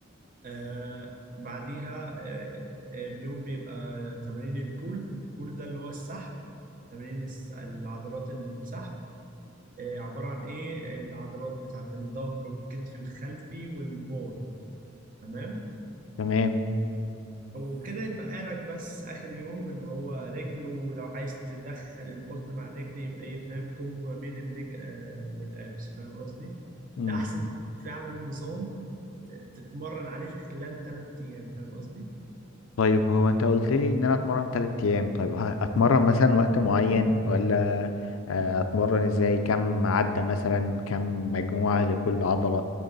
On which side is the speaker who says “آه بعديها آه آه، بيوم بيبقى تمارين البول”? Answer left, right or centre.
Right